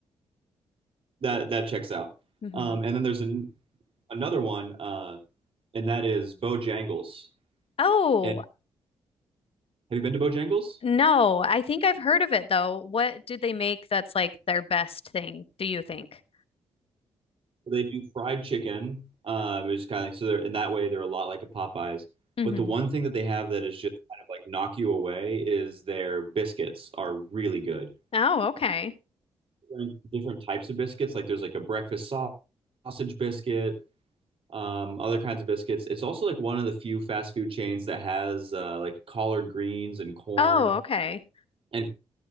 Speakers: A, on the right; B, on the left.
A: That that checks out.
B: hmm
A: Um, and then there's an, another one, uh, and that is Bojangles.
B: Oh,
A: And, have you been to Bojangles?
B: no, I think I've heard of it though. What did they make that's like their best thing, do you think?
A: They do fried chicken, uh, which is kind of like, so they're in that way they're a lot like a Popeyes.
B: hmm
A: But the one thing that they have that is just kind of like knock you away is their biscuits are really good.
B: Oh, okay.
A: Different, different types of biscuits, like there's like a breakfast sau- sausage biscuit, um, other kinds of biscuits. It's also like one of the few fast food chains that has uh, like collard greens and corn
B: Oh, okay.
A: and